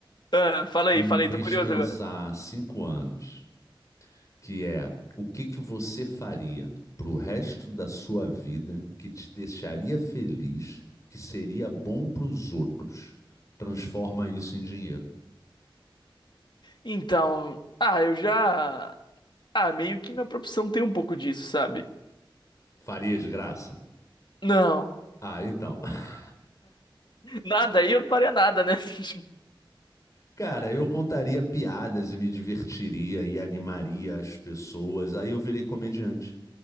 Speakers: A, on the left; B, on the left.
A: Ah, fala
B: que
A: aí,
B: me
A: fala
B: fez
A: aí, tô curioso
B: pensar
A: agora.
B: há cinco anos, que é o que que você faria para o resto da sua vida que te deixaria feliz, que seria bom para os outros? Transforma isso em dinheiro.
A: Então, ah, eu já. Ah, meio que minha profissão tem um pouco disso, sabe?
B: Faria de graça?
A: Não,
B: Ah, então. <laughs>
A: nada, aí eu não faria nada, né? <laughs>
B: Cara, eu contaria piadas e me divertiria e animaria as pessoas. Aí eu virei comediante.